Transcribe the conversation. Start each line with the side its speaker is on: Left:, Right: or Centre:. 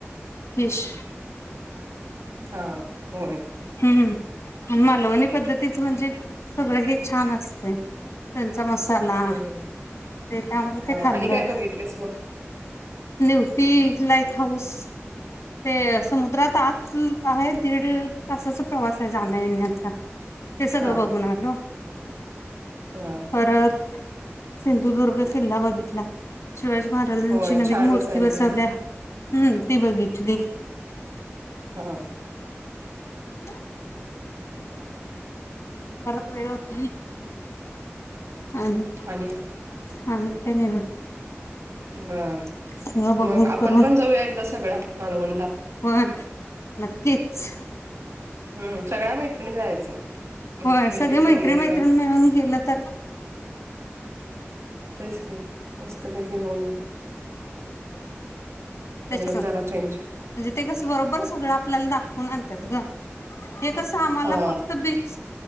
Left: फिश
Right: हा होय
Left: हम्म मालवणी पद्धतीचं म्हणजे सगळं हे छान असतय चा मसाला
Right: बर
Left: ते त्यामूळ
Right: हा
Left: ते खाल्ल
Right: आणि काय बघितलेस मग
Left: नेवती लाईट हाऊस ते समुद्रात आत आहेत दीड तासाचा प्रवास आहे जाण्या-येण्याचा ते सगळं
Right: हा
Left: बघून आलो
Right: बर
Left: परत सिंधुदुर्ग किल्ला बघितला शिवाजी महाराजांची
Right: होय
Left: नवीन
Right: छानच
Left: मूर्ती
Right: आहे
Left: बसवल्या
Right: ते
Left: हम्म ती बघितली
Right: हा
Left: ह परत वेळ होतय हा न,
Right: आणि
Left: हा न काय नाही बघ
Right: बर
Left: सगळं बघून
Right: मग आपण
Left: करून
Right: पण जाऊया एकदा सगळ्या मालवणला
Left: होय नक्कीच
Right: हम्म सगळ्या मैत्रिणी जायचं मस्तपैकी
Left: होय सगळे
Right: फिरून
Left: मैत्रीण
Right: यायचं
Left: मैत्रिण मिळून गेलं तर
Right: तेच की मस्तपैकी जाऊन येऊ तेवढंच
Left: तेच ना
Right: जरा
Left: म्हणजे
Right: चेंज
Left: ते कस बरोबर सगळं आपल्याला दाखव वून आणत्यात ग हे कसं आम्हाला
Right: हा
Left: फक्त बीच